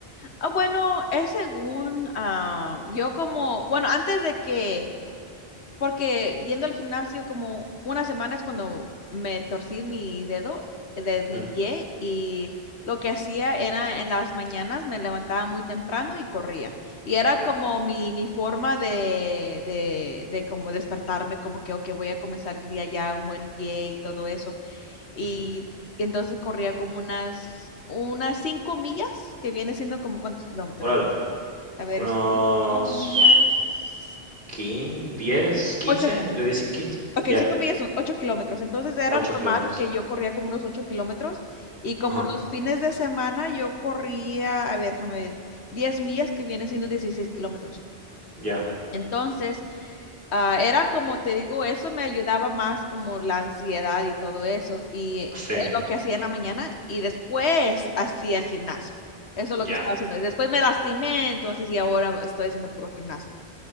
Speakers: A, on the left; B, on the right.
A: Ah, bueno, es según ah, yo como, bueno, antes de que, porque yendo al gimnasio como una semana es cuando me torcí mi dedo de mi
B: Mm,
A: pie y lo que hacía era en las mañanas me levantaba muy temprano y corría. Y era
B: Ya,
A: como mi, mi forma de, de, de como despertarme, como que, ok, voy a comenzar el día ya un buen pie y todo eso. y
B: ujú.
A: entonces corría como unas, unas cinco millas, que viene siendo como cuántos kilómetros.
B: Órale,
A: A ver,
B: con unos
A: cinco millas,
B: quin 10
A: ocho,
B: 15 entre 10 y quince
A: ok,
B: ya,
A: cinco millas son ocho kilómetros. Entonces era
B: ocho
A: normal
B: kilómetros.
A: que yo corría como unos ocho kilómetros y como
B: Ajá,
A: los fines de semana yo corría, a ver, déjame ver, diez millas, que viene siendo dieciséis kilómetros.
B: ya,
A: Entonces, Ah, era como te digo, eso me ayudaba más como la ansiedad y todo eso. Y eh,
B: sí,
A: lo que hacía en la mañana y después hacía el gimnasio. Eso es
B: ya.
A: lo que estaba haciendo. Y después me lastimé, entonces y ahora estoy haciendo puro gimnasio.